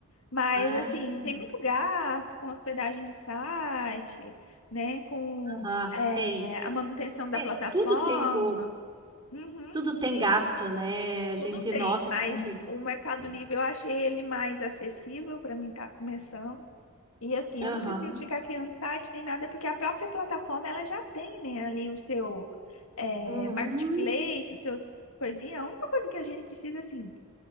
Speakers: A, on the left; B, on the right.
A: Mas,
B: Ah,
A: assim,
B: sim.
A: tem muito gasto com hospedagem de site, né? Com
B: Aham,
A: é,
B: tem, tem.
A: a manutenção da
B: É,
A: plataforma.
B: tudo tem gosto,
A: Uhum,
B: tudo tem gasto, né? A gente
A: tudo tem,
B: nota
A: mas
B: assim que.
A: o Mercado
B: é.
A: Livre eu achei ele mais acessível para mim estar começando. E assim,
B: Aham,
A: eu não preciso ficar criando site nem nada, porque a própria plataforma ela já tem, né, ali o seu é,
B: uhum,
A: marketplace, os seus coisinhas. A única coisa que a gente precisa, assim,